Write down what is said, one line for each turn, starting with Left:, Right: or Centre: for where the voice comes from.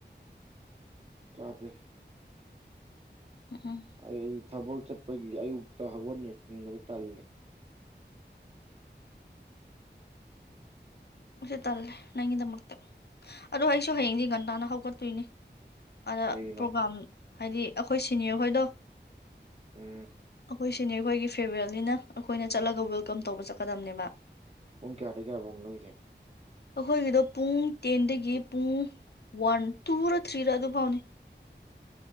Right: ꯆꯥꯗꯔꯤ
Left: ꯎꯝ
Right: ꯑꯩ ꯊꯕꯛ ꯆꯠ ꯑꯩꯈꯣꯏꯒꯤ ꯑꯌꯨꯛꯇ ꯍꯧꯒꯠꯅꯤ ꯈꯟꯕꯗꯣ ꯇꯜꯂꯦ
Left: ꯁꯤ ꯇꯜꯂꯦ ꯅꯪꯒꯤꯗꯃꯛꯇ ꯑꯗ ꯑꯩꯁꯨ ꯍꯌꯦꯡꯗꯤ ꯉꯟꯇꯥꯅ ꯍꯧꯒꯠꯇꯣꯏꯅꯤ ꯑꯗ
Right: ꯀꯩꯒꯤꯅꯣ
Left: ꯄꯣꯒꯥꯝ ꯍꯥꯏꯗꯤ ꯑꯩꯈꯣꯏ ꯁꯤꯅꯤꯌꯔ ꯍꯣꯏꯗꯣ
Right: ꯎꯝ
Left: ꯍꯈꯣꯏ ꯁꯤꯅꯦꯌꯔ ꯈꯣꯏꯒꯤ ꯐꯌꯜꯋꯦꯜ ꯑꯩꯈꯣꯏꯅ ꯆꯠꯂꯒ ꯋꯦꯜꯀꯝ ꯇꯧꯕ ꯆꯠꯀꯗꯝꯅꯦꯕ
Right: ꯎ ꯀ ꯑꯔꯒꯕ ꯅꯣꯏꯖ
Left: ꯑꯩꯈꯣꯏꯒꯤꯗꯣ ꯄꯨꯡ ꯇꯦꯟꯗꯒꯤ ꯄꯨꯡ ꯋꯥꯟ ꯇꯨꯔ ꯊ꯭ꯔꯤꯔ ꯑꯗꯨꯐꯥꯎꯅꯤ